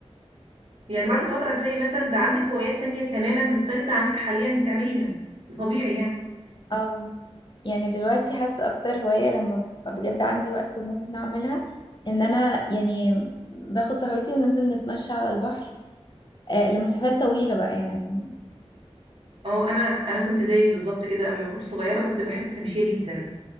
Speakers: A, on the right (about 55°); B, on the left (about 40°).
A: يعني بعد فترة هتلاقي مثلا بقى عندك هوايات تانية تماما مختلفة عن انت حاليا بتعمليها ده طبيعي يعني
B: اه يعني دلوقتي حاسة اكتر هواية لما ببقى بجد عندي وقت وممكن اعملها ان انا يعني باخد صاحبتي وننزل نتمشى على البحر آه لمسافات طويلة بقى يعني
A: اه انا انا كنت زيك بالظبط كده اما كنت صغيره كنت بحب التمشيه جدا